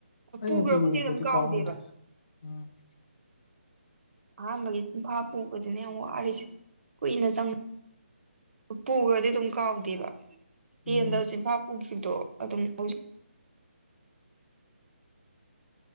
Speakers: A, on the left (about 35°); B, on the right (about 70°).
A: ꯑꯩ
B: ꯄꯨꯈ꯭ꯔꯕꯨꯗꯤ
A: ꯅꯨꯡꯇꯤꯒꯤ ꯎꯕꯗꯤ
B: ꯑꯗꯨꯝ ꯀꯥꯎꯗꯦꯕ
A: ꯀꯥꯎ ꯉꯝꯗꯦ ꯎꯝ
B: ꯑꯍꯥꯟꯕꯒꯤ ꯇꯨꯡꯐꯥ ꯄꯨꯕꯁꯤꯅ ꯌꯥꯝ ꯋꯥꯁꯦ ꯀꯨꯏꯅ ꯆꯪ ꯄꯨꯈ꯭ꯔꯗꯤ ꯑꯗꯨꯝ ꯀꯥꯎꯗꯦꯕ ꯇꯦꯟꯗ
A: ꯎꯝ
B: ꯆꯤꯟꯐꯥ ꯄꯨꯈꯤꯕꯗꯣ ꯑꯗꯨꯝ ꯍꯧꯖꯤꯛ